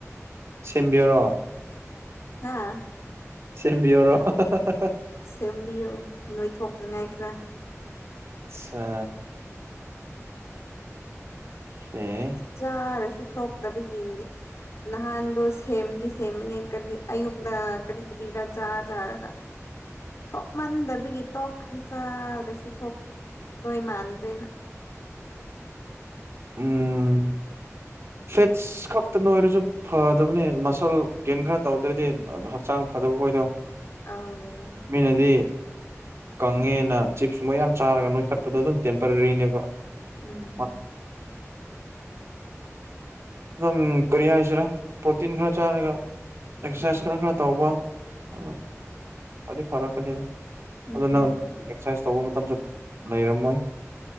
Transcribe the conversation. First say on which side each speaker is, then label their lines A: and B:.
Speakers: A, on the right; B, on the left.
A: ꯁꯦꯝꯕꯤꯑꯣꯔꯣ
B: ꯍꯥꯥ
A: ꯁꯦꯝꯕꯤꯑꯣꯔꯣ ꯍꯥ ꯍꯥ ꯍꯥ ꯍꯥ ꯍꯥ
B: ꯁꯦꯝꯕꯤꯑꯣ ꯅꯣꯏꯊꯣꯛꯅꯤꯉꯥꯏ ꯈꯔ
A: ꯁꯥ ꯍꯦ
B: ꯆꯥꯔꯁꯨ ꯊꯣꯛꯇꯕꯒꯤ ꯅꯍꯥꯟꯗꯣ ꯁꯦꯝꯗꯤ ꯁꯦꯝꯕꯅꯦ ꯀꯔꯤ ꯑꯌꯨꯛꯗ ꯀꯔꯤ ꯀꯔꯤꯔ ꯆꯥ ꯆꯥꯔꯒ
A: <unintelligible>
B: ꯊꯣꯛ ꯃꯥꯟꯗꯕꯒꯤ ꯇꯣꯛꯈ꯭ꯔꯦ ꯆꯥꯔꯥꯁꯨ ꯊꯣꯛꯇ ꯗꯣꯏ ꯃꯥꯟꯗ꯭ꯔꯦꯅ
A: ꯎꯝ ꯐꯦꯠꯁ ꯈꯛꯇ ꯅꯣꯏꯔꯁꯨ ꯐꯗꯕꯅꯦ ꯃꯁꯜ ꯒꯦꯟ ꯈꯔ ꯇꯧꯗ꯭ꯔꯗꯤ ꯍꯛꯆꯥꯡ ꯐꯗꯕ ꯍꯣꯏꯗꯣ
B: ꯑꯣ
A: ꯃꯤꯅꯗꯤ ꯀꯪꯉꯦꯅ ꯆꯤꯞ ꯌꯥꯝ ꯆꯥꯔꯒ ꯅꯣꯏꯈꯠꯄꯗꯣ ꯑꯗꯨꯝ ꯇꯦꯝꯄꯔꯔꯤꯅꯦꯕ
B: ꯎꯝ
A: ꯑꯥ ꯅꯪ ꯀꯔꯤ ꯍꯥꯏꯁꯤꯔꯥ ꯄ꯭ꯔꯣꯇꯤꯟ ꯈꯔ ꯆꯥꯔꯒ ꯑꯦꯛꯁꯔꯁꯥꯏꯁ ꯈꯔ ꯈꯔ ꯇꯧꯕ ꯑ ꯐꯗꯤ ꯐꯔꯛꯀꯅꯤꯗ
B: ꯎꯝ
A: ꯑꯗꯨ ꯅꯪ ꯅ ꯑꯦꯛꯁꯔꯁꯥꯏꯁ ꯇꯧꯕ ꯃꯇꯝꯁꯨ ꯂꯩꯔꯝꯃꯣꯏ